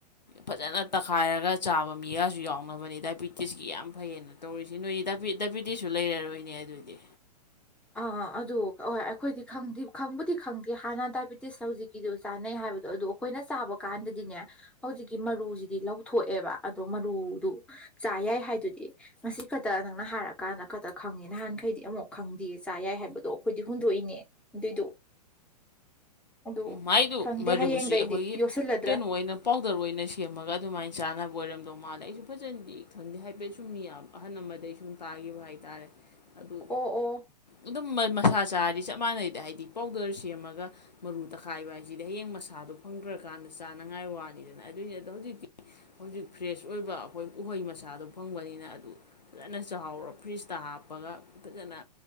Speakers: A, on the left (about 85°); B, in the centre.
A: ꯐꯖꯅ ꯇꯛꯈꯥꯏꯔꯒ ꯆꯥꯕ ꯃꯤꯒꯁꯨ ꯌꯥꯎꯅꯕꯅꯤ ꯗꯥꯏꯕꯤꯇꯤꯁꯀꯤ ꯌꯥꯝ ꯐꯩꯌꯦꯅ ꯇꯧꯔꯤꯁꯤ ꯅꯣꯏꯒꯤ ꯗꯥꯏꯄꯤ ꯗꯥꯏꯄꯤꯗꯤꯁꯨ ꯂꯩꯔꯔꯣꯏꯅꯦ ꯑꯗꯨꯗꯤ
B: ꯑꯥ ꯑꯗꯨ ꯍꯣꯏ ꯑꯩꯈꯣꯏꯗꯤ ꯈꯪꯕꯨꯗꯤ ꯈꯪꯗꯦ ꯍꯥꯟꯅ ꯗꯥꯏꯕꯤꯇꯤꯁ ꯍꯧꯖꯤꯛ ꯀꯤꯗꯣ ꯆꯥꯅꯩ ꯍꯥꯏꯕꯗꯣ ꯑꯗꯨꯗꯣ ꯑꯩꯈꯣꯏꯅ ꯆꯥꯕ ꯀꯥꯟꯗꯗꯤꯅꯦ ꯍꯧꯖꯤꯛꯀꯤ ꯃꯔꯨꯁꯤꯗꯤ ꯂꯧꯊꯣꯛꯑꯦꯕ ꯑꯗꯣ ꯃꯔꯨꯗꯨ ꯆꯥ ꯌꯥꯏ ꯍꯥꯏꯗꯨꯗꯤ ꯉꯁꯤ ꯈꯛꯇ ꯅꯪꯅ ꯍꯥꯏꯔꯀꯥꯟꯗ ꯈꯛꯇ ꯈꯪꯉꯦ ꯅꯍꯥꯟꯈꯩꯗꯤ ꯑꯃꯨꯛ ꯈꯪ ꯗꯤ ꯆꯥ ꯌꯥꯏ ꯍꯥꯏꯕꯗꯣ ꯑꯩꯈꯣꯏꯗꯤ ꯍꯨꯟꯗꯣꯛꯏꯅꯦ ꯑꯗꯨꯏꯗꯣ ꯑꯗꯨ
A: ꯃꯥꯏꯗꯨ
B: ꯈꯪꯗꯦ
A: ꯃꯕꯨꯁꯤ
B: ꯍꯌꯦꯡꯗꯩꯗꯤ
A: ꯑꯩꯈꯣꯏꯒꯤ
B: ꯌꯣꯠꯁꯤꯜꯂꯗ꯭ꯔꯥ
A: ꯀꯩꯅꯣ ꯑꯣꯏꯅ ꯄꯥꯎ ꯄꯥꯎꯇꯔ ꯑꯣꯏꯅ ꯁꯦꯝꯃꯒ ꯑꯗꯨꯃꯥꯏꯅ ꯆꯥꯅꯕ ꯑꯣꯏꯔꯝꯗꯧ ꯃꯥꯂꯦ ꯑꯩꯁꯨ ꯐꯖꯅꯗꯤ ꯈꯪꯗꯦ ꯍꯥꯏꯐꯦꯠ ꯁꯨꯝꯃꯤꯌꯥꯝ ꯑꯍꯜ ꯑꯃꯗꯩ ꯁꯨꯝ ꯇꯥꯈꯤꯕ ꯍꯥꯏꯇꯥꯔꯦ ꯑꯗꯨ
B: ꯑꯣ ꯑꯣ
A: ꯑꯗꯨꯝ ꯃꯁꯥ ꯆꯥꯔꯤ ꯆꯞ ꯃꯥꯟꯅꯩꯗ ꯍꯥꯏꯗꯤ ꯄꯥꯎꯗꯔ ꯁꯦꯝꯃꯒ ꯃꯔꯨ ꯇꯛꯈꯥꯏꯕ ꯍꯥꯏꯁꯤꯗꯤ ꯍꯌꯦꯡ ꯃꯁꯥꯗꯣ ꯐꯪꯗ꯭ꯔꯀꯥꯟꯗ ꯆꯥꯅꯉꯥꯏ ꯋꯥꯅꯤꯗꯅ ꯑꯗꯨꯏꯅꯤ ꯑꯗꯣ ꯍꯧꯖꯤꯛꯇꯤ ꯍꯧꯖꯤꯛ ꯐ꯭ꯔꯦꯁ ꯑꯣꯏꯕ ꯑꯩꯈꯣꯏ ꯎꯍꯩ ꯃꯆꯥꯗꯨꯣ ꯐꯪꯕꯅꯤꯅ ꯑꯗꯨ ꯐꯖꯅ ꯆꯍꯥꯎꯔꯣ ꯐ꯭ꯔꯤꯖꯇ ꯍꯥꯞꯄꯒ ꯐꯖꯅ